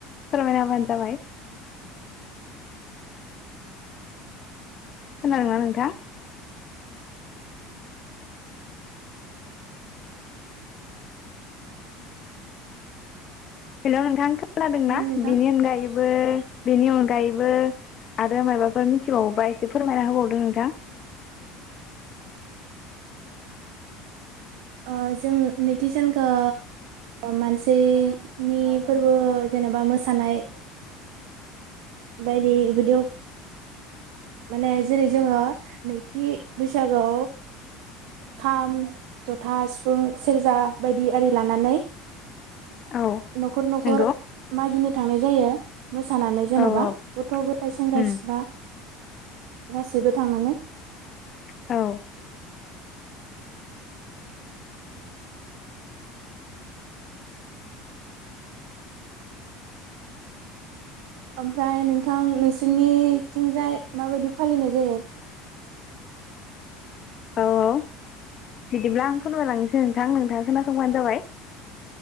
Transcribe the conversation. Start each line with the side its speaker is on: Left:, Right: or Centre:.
Left: फोरमायना हाबानो जाबाय। खोनादोंना नोंथां? हेलौ नोंथां खो दोंना
Right: हेलौ नोंथां
Left: बेनि अनगायैबो बेनि अनगायैबो आरो मायाबाफोर मिथिबावोबा एसे फोरमायना होबावदों नोंथां।
Right: ओ जों नैथि सानखो मानसिनि फोरबो जेनेबा मोसानाय बायदि बेदियाव माने जेरै जोङो नैथि बैसागआव खाम जथा सिफुं सेरजा बायदि आरि लानानै
Left: औ
Right: नखर नखर
Left: नंगौ
Right: मागिनो थांनाय जायो मोसानानै जेनबा
Left: औ औ
Right: गथ गथायाइ सेंग्रा
Left: उम
Right: सिख्ला गासिबो थांनानै
Left: औ
Right: ओमफ्राय नोंथां नोंसोरनिथिंजाय माबायदि फालिनाय जायो
Left: औ औ बिदिब्ला आं फोरनमायलांनोसै नोंथां नोंथाङा खोनासंबानो जाबाय